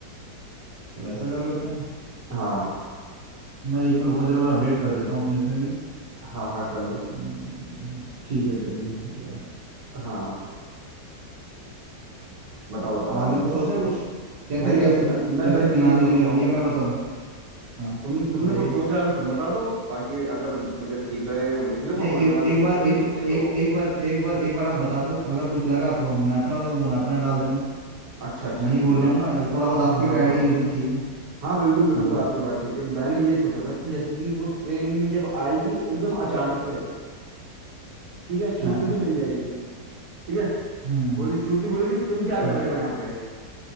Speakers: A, on the right; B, on the right.
A: चलो ऐसा कर लेते हैं
B: हाँ
A: मैं एक मिनट रुको जरा मैं अपडेट कर देता हूँ अपने इसमें भी
B: हाँ हाँ कर लो
A: हम्म, ठीक है चलिए हो गया
B: हाँ बताओ बताओ
A: आगे
B: आगे बताओ
A: कुछ सोचा है कुछ कैसे
B: भाई
A: कैसे
B: बस मैं, मैं
A: कैसे
B: बस
A: मिलाना
B: यही सोचा
A: है ये,
B: हूँ
A: ये मैं बताऊँ हाँ
B: तुम तुमने
A: बताइए
B: कुछ सोचा है तो तुम बता दो बाकी अगर मुझे ठीक लगेगा मैं लिख लूंगा
A: नहीं ए,
B: वरना
A: एक
B: कोई चेंजेस
A: बार एक
B: होंगे तो
A: एक एक बार एक बार एक बार आप बता दो अगर कुछ लगा तो हम मैं अपना बता दूं वरना अपना डाल देना
B: अच्छा अच्छा
A: मैं ही बोल
B: ठीक
A: रहा
B: है
A: हूँ ना थोड़ा बहुत आपके
B: हाँ हाँ
A: भी आइडिया
B: हाँ
A: लेने चाहिए
B: हाँ बिल्कुल बिल्कुल
A: हाँ
B: आपकी बात ठीक है मैंने ये सोचा था कि जैसे कि वो ट्रेन में जब आएगी एकदम अचानक से ठीक है श्रुति
A: हाँ
B: से मिल जाएगी ठीक है
A: हाँ
B: बोली श्रुति बोली कि तुम क्या कर
A: हाँ
B: रहे हो यहाँ पे